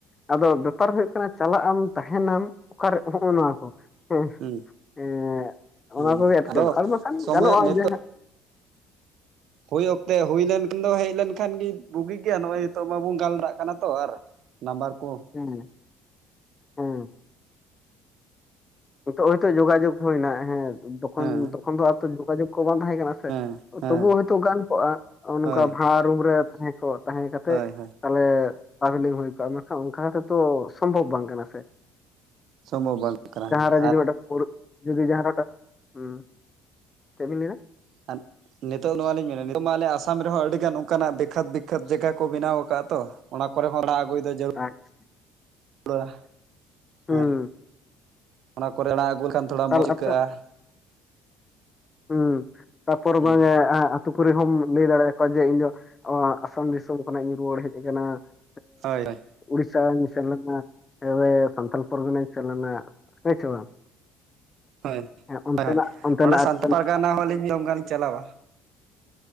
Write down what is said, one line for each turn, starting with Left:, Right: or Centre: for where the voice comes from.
Left: ᱟᱫᱚ ᱵᱮᱯᱟᱨ ᱦᱩᱭᱩᱜ ᱠᱟᱱᱟ ᱪᱟᱞᱟᱜ ᱟᱢ ᱛᱟᱦᱮᱱᱟᱢ ᱚᱠᱟ ᱨᱮ ᱦᱚᱜ-ᱚ ᱱᱚᱣᱟ ᱠᱚ ᱾ ᱦᱮᱸ
Right: ᱦᱩᱸ
Left: ᱮᱸᱻ
Right: ᱦᱩᱸ
Left: ᱚᱱᱟ ᱠᱚᱜᱮ ᱮᱴᱠᱮᱴᱚᱬᱮ
Right: ᱟᱫᱚ
Left: ᱟᱨ ᱵᱟᱝᱠᱷᱟᱱ
Right: ᱥᱚᱢᱚᱭ
Left: ᱜᱟᱱᱚᱜ-ᱟ
Right: ᱱᱤᱛᱚᱜ
Left: ᱡᱟ
Right: ᱦᱩᱭ ᱚᱠᱛᱮ ᱦᱩᱭ ᱞᱮᱱᱠᱷᱟᱱ ᱫᱚ ᱦᱮᱡ ᱞᱮᱱᱠᱷᱟᱱ ᱜᱮ ᱵᱩᱜᱤ ᱜᱮᱭᱟ, ᱱᱚᱜ-ᱚᱭ ᱱᱤᱛᱚᱜ ᱢᱟᱵᱚᱱ ᱜᱟᱞᱢᱟᱨᱟᱜ ᱠᱟᱱᱟ ᱛᱚ ᱟᱨ ᱱᱟᱢᱵᱟᱨ ᱠᱚ
Left: ᱦᱮᱸ <unintelligible> ᱦᱮᱸ ᱱᱤᱛᱚᱜ ᱦᱚᱭᱛᱚ ᱡᱚᱜᱟᱡᱚᱜᱽ ᱦᱩᱭᱮᱱᱟ ᱦᱮᱸ ᱛᱚᱠᱷᱚᱱ
Right: ᱦᱮᱸ
Left: ᱛᱚᱠᱷᱚᱱ ᱫᱚ ᱟᱨ ᱡᱚᱜᱟᱡᱚᱜᱽ ᱠᱚ ᱵᱟᱝ ᱛᱟᱦᱮᱸ ᱠᱟᱱᱟ
Right: ᱦᱮᱸ
Left: ᱾
Right: ᱦᱮᱸ
Left: ᱛᱚᱵᱩ ᱦᱚᱭᱛᱚ ᱜᱟᱱ ᱠᱚᱜ-ᱟ ᱱᱚᱜ-ᱚᱭ ᱱᱚᱝᱠᱟ
Right: ᱦᱳᱭ
Left: ᱵᱷᱟᱲᱟ ᱨᱩᱢ ᱨᱮ ᱛᱟᱦᱮᱸ ᱠᱚ, ᱛᱟᱦᱮᱸ ᱠᱟᱛᱮᱫ‌
Right: ᱦᱳᱭ ᱦᱳᱭ
Left: ᱛᱟᱦᱞᱮ ᱴᱨᱟᱵᱷᱮᱞᱤᱝ ᱦᱩᱭ ᱠᱚᱜ-ᱟ ᱢᱮᱱᱠᱷᱟᱱ ᱚᱱᱠᱟ ᱠᱟᱛᱮᱫ ᱛᱚ ᱥᱚᱢᱵᱷᱚᱵ ᱵᱟᱝ ᱠᱟᱱᱟ ᱥᱮ ᱾
Right: ᱥᱚᱢᱵᱷᱚᱵ ᱵᱟᱝ ᱠᱟᱱᱟ ᱦᱮᱸ
Left: <unintelligible>
Right: ᱾
Left: ᱦᱩᱸ, ᱪᱮᱫ ᱵᱤᱱ ᱞᱟᱹᱭᱫᱟ?
Right: <unintelligible> ᱱᱤᱛᱚᱜ ᱱᱚᱣᱟ ᱞᱤᱧ ᱢᱮᱱᱟ ᱱᱤᱛᱚᱜ ᱢᱟ ᱟᱞᱮ ᱟᱥᱟᱢ ᱨᱮᱦᱚᱸ ᱟᱹᱰᱤᱜᱟᱱ ᱚᱱᱠᱟᱱᱟᱜ ᱫᱤᱠᱷᱟᱹᱛ ᱫᱤᱠᱷᱟᱹᱛ ᱡᱟᱭᱜᱟ ᱠᱚ ᱵᱮᱱᱟᱣ ᱠᱟᱜ-ᱟ ᱛᱚ ᱾ ᱚᱱᱟ ᱠᱚᱨᱮ ᱦᱚᱸ ᱨᱟᱜ ᱟᱹᱜᱩᱭ ᱫᱚ ᱡᱟᱹᱨᱩᱲ ᱾
Left: ᱟᱪᱪᱷᱟ ᱾
Right: <unintelligible>
Left: ᱦᱩᱸ
Right: ᱦᱮᱸ ᱚᱱᱟ ᱠᱚᱨᱮ ᱟᱲᱟᱜ ᱟᱹᱜᱩ ᱞᱮᱠᱷᱟᱱ ᱛᱷᱚᱲᱟ
Left: ᱛᱟᱦᱚᱞᱮ
Right: ᱢᱚᱡᱽ ᱟᱹᱭᱠᱟᱹᱜ-ᱟ
Left: ᱟᱯᱮ
Right: ᱾
Left: ᱦᱩᱸ ᱛᱟᱯᱚᱨ
Right: ᱦᱩᱸ
Left: ᱵᱟᱝ ᱮ ᱟ ᱟᱹᱛᱩ ᱠᱚᱨᱮ ᱦᱚᱢ ᱞᱟᱹᱭ ᱫᱟᱲᱮ ᱟᱠᱚᱣᱟ ᱡᱮ ᱤᱧᱫᱚ ᱟᱥᱟᱢ ᱫᱤᱥᱚᱢ ᱠᱷᱚᱱᱟᱜ ᱤᱧ ᱨᱩᱣᱟᱹᱲ ᱦᱮᱡ ᱟᱠᱟᱱᱟ ᱾
Right: ᱦᱳᱭ ᱦᱳᱭ ᱾
Left: ᱩᱲᱤᱥᱥᱟᱧ ᱥᱮᱱ ᱞᱮᱱᱟ ᱦᱮ ᱥᱟᱱᱛᱟᱞ ᱯᱚᱨᱜᱚᱱᱟᱧ ᱥᱮᱱ ᱞᱮᱱᱟ ᱦᱳᱭ ᱥᱮ ᱵᱟᱝ?
Right: ᱦᱳᱭ
Left: ᱦᱮᱸ ᱚᱱᱛᱮᱱᱟᱜ
Right: ᱦᱳᱭ
Left: ᱚᱱᱛᱮᱱᱟᱜ
Right: ᱱᱚᱸᱰᱮ
Left: ᱟᱹᱨᱤ
Right: ᱥᱟᱱᱛᱟ ᱯᱟᱨᱜᱟᱱᱟ ᱦᱚᱸᱞᱤᱧ <unintelligible> ᱪᱟᱞᱟᱣᱟ ᱾